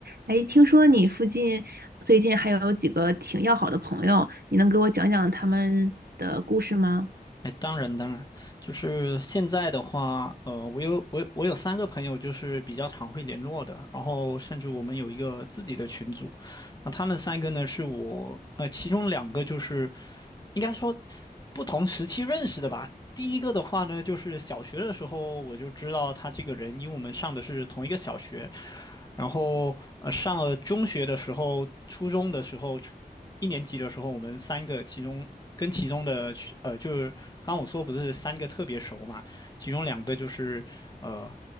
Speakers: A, on the right (about 80°); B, on the left (about 25°).
A: 哎，听说你附近最近还有几个挺要好的朋友，你能给我讲讲他们的故事吗？
B: 哎，当然当然，就是现在的话，呃，我有我有我有三个朋友，就是比较常会联络的，然后甚至我们有一个自己的群组，那他们三个呢是我，呃，其中两个就是应该说不同时期认识的吧。第一个的话呢，就是小学的时候我就知道他这个人，因为我们上的是同一个小学，然后呃，上了中学的时候，初中的时候，一年级的时候，我们三个其中跟其中的呃，就是刚刚我说不是三个特别熟嘛，其中两个就是呃